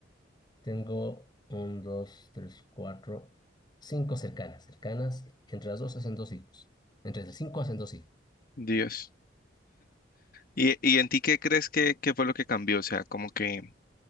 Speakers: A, on the left (about 25°); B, on the left (about 50°).
A: Tengo un, dos, tres, cuatro, cinco cercanas. Cercanas, entre las dos hacen dos hijos. Entre las cinco hacen dos hijos.
B: Dios. ¿Y, y en ti qué crees que, que fue lo que cambió? O sea, como que,